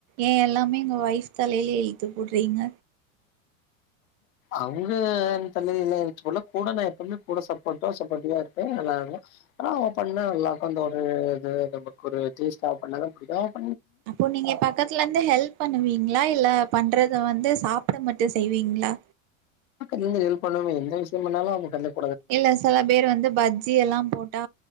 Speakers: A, on the right; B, on the left.
A: ஏன் எல்லாமே எங்கள் ஒயஃப் தலையில எழு போடுறீங்க
B: அவங்க தள்ளில போல கூட நான் எப்புமே கூட சப்போட்ட சப்போர்டிவா இருப்பேன் நல்லா இரு ஆனா அவன் பண்ணா நல்லாருக்கும் அ ஒரு இது நமக்கு ஒரு டேஸ பண்ணாதான் பிடிக்கும்
A: அப்போ நீங்க பக்கத்துல இருந்து ஹெல்ப் பண்ணுவீங்களா இல்ல பண்றத வந்து சா சப்புட மட்டும் செய்வீங்களா
B: தி ஹெல் பண்ணுவே எந்த விஷயம் பண்ணாலும் அவங்க க
A: இல்ல சில பேர் வந்து பஜ்ஜி எல்லாம் போட்டா